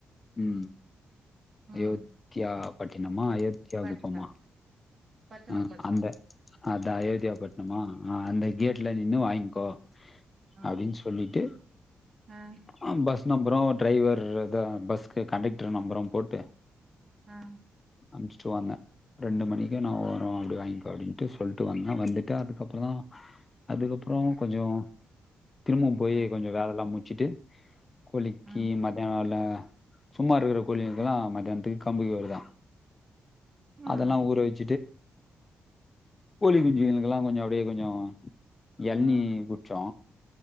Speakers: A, on the left; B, on the right.
A: ம் அயோத்தியா
B: ம்
A: பட்டினமா அயோத்தியா
B: பட்னம்
A: குப்பம்மா
B: பட்டணம்
A: ஆ
B: பட்டணம்
A: அந்த அதா அயோத்தியா பட்ணமா அந்த கேட் ல நின்னு வாங்கிக்கோ
B: ஆ
A: அப்டின் சொல்லிட்டு
B: ஆ
A: ஆ பஸ் நம்பரு அந்த டிரைவர் பஸ்க்கு கண்டெக்ட்ரு நம்பரு போட்டு
B: ஆ
A: அம்ச்சிட்டு வந்தே ரெண்டு மணிக்கே ன்னு வரும் அப்டி வாங்கிக்கோ அப்டின்ட்டு சொல்ட்டு வந்தே வந்துட்டு அதுக்கப்றோ தா அதுக்கப்றோ கொஞ்சோ திரும்ப போயி
B: ஆ
A: கொஞ்சோ வேலைலா முச்சுட்டு கோழிக்கு
B: ஆ
A: மத் <unintelligible> ல சும்மா இருக்குற கோழிங்களுக்குலா மத்தியானத்துக்கு கம்பு கெவுரு தா
B: ம்
A: அதல்லா ஊற வச் கோழி குஞ்சுங்களுக்கெல்லா கொஞ்சோ அப்டே கொஞ்சோ எள்னி
B: ம்
A: குச்சோ